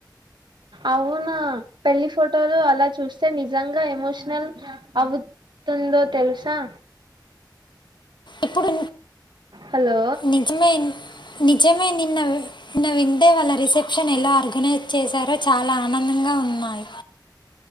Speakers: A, on the right; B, on the left.
A: అవును పెళ్లి ఫోటోలు అలా చూస్తే నిజంగా ఎమోషనల్ అవు. తుందో తెలుసా.
B: ఇప్పుడు.
A: హలో.
B: నిజమే నిజమే నిన్న నిన్న వింటే వాళ్ళ రిసెప్షన్ ఎలా ఆర్గనైజ్ చేశారో చాలా ఆనందంగా. ఉన్నాయి.